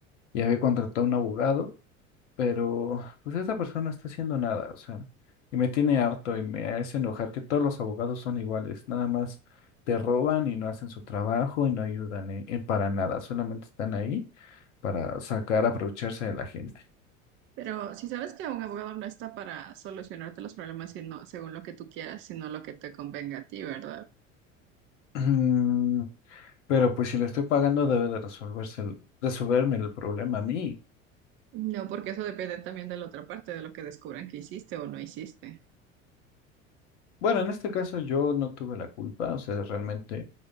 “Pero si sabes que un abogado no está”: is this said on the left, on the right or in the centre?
Right